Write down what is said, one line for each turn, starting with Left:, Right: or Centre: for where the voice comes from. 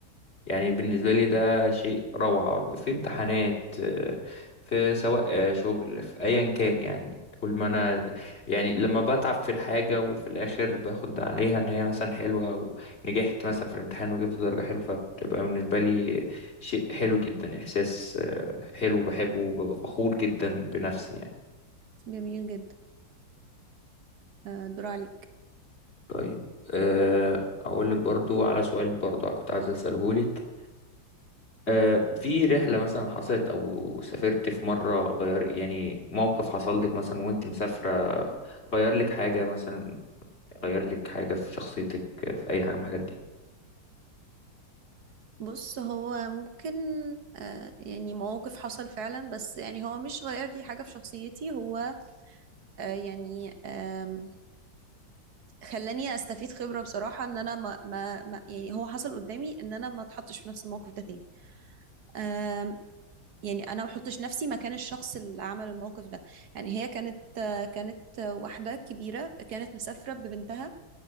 Left: يعني بالنسبة لي ده شيء روعة في امتحانات آه، في سواء آه، شغل في أيا كان يعني كل ما أنا يعني لما بتعب في الحاجة وفي الآخر باخد عليها إن هي مثلا حلوة ونجحت مثلا في الامتحان وجبت درجة حلوة فبتبقى بالنسبة لي شيء حلو جدا إحساس آه، حلو بحبه وببقى فخور جدا بنفسي يعني
Right: جميل جدا آه الدور عليك
Left: طيب آه، أقول لك برضو على سؤال برضو كنت عايز أسأله لك آه، في رحلة مثلا حصلت أو سافرت في مرة غير يعني موقف حصل لك مثلا وأنت مسافرة غير لك حاجة مثلا غير لك حاجة في شخصيتك في أي حاجة من الحاجات دي
Right: بص هو ممكن آه يعني مواقف حصل فعلا بس يعني هو مش غير لي حاجة في شخصيتي هو آه يعني آم، خلاني استفيد خبرة بصراحة ان انا ما ما ما- يعني هو حصل قدامي ان انا ما اتحطش في نفس الموقف ده تاني يعني انا ما بحطش نفسي مكان الشخص اللي عمل الموقف ده يعني هي كانت آه، كانت آه، واحده كبيره كانت مسافره ببنتها